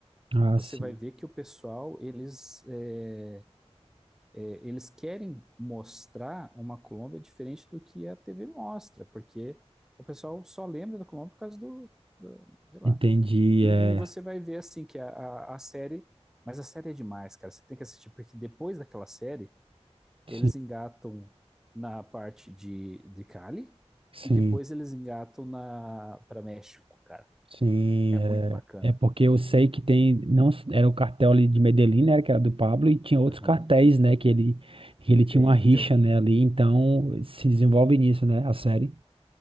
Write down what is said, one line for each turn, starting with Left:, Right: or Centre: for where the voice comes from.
Right: Ah,
Centre: Você
Right: sim.
Centre: vai ver que o pessoal, eles é, é, eles querem mostrar uma Colômbia diferente do que a TV mostra, porque o pessoal só lembra da Colômbia por causa do, do- de lá.
Right: Entendi,
Centre: E,
Right: é.
Centre: e você vai ver assim que a, a, a série, mas a série é demais, cara. Você tem que assistir porque depois daquela série eles
Right: Sim,
Centre: engatam na parte de, de Cali
Right: sim,
Centre: e depois eles engatam na para México, cara.
Right: sim,
Centre: É muito
Right: é.
Centre: bacana.
Right: É porque eu sei que tem, não, era o cartel ali de Medellín, né, que era do Pablo, e tinha outros
Centre: Aham.
Right: cartéis, né, que ele, que ele tinha
Centre: Tem,
Right: uma rixa,
Centre: tem, o-
Right: né, ali, então se desenvolve nisso, né, a série.